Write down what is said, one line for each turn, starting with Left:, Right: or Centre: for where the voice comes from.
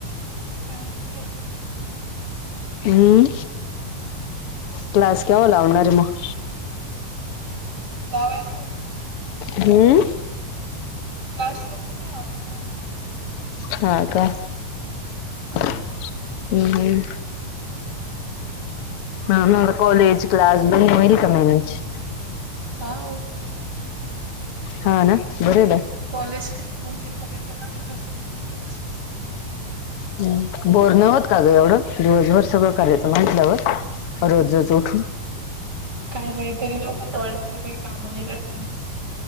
Right: काही नाही बाई.
Left: हम्म क्लास
Right: काही नाही
Left: केव्हा लावणारे मग?
Right: लावायच <unintelligible>
Left: हम्म.
Right: आशोभतय अजून.
Left: हा का हम् हम्म.
Right: प ते.
Left: ह म कॉलेज, क्लास होईल का मॅनेज?
Right: हा होतय.
Left: हा ना बर आहे बाई.
Right: कॉलेज काय दोन तीन पर्यंत राहत त्याच्यानंतर क्लास <unintelligible>
Left: हम बोर नाही होत का ग एवढं? दिवसभर सगळं करायचं म्हटल्यावर. रोजच उठून.
Right: काय बाई तरी लोकं <unintelligible>